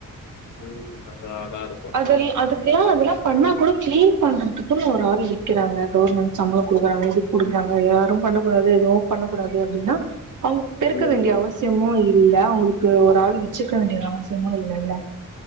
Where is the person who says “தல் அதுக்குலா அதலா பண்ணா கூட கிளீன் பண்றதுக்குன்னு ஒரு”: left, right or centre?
Right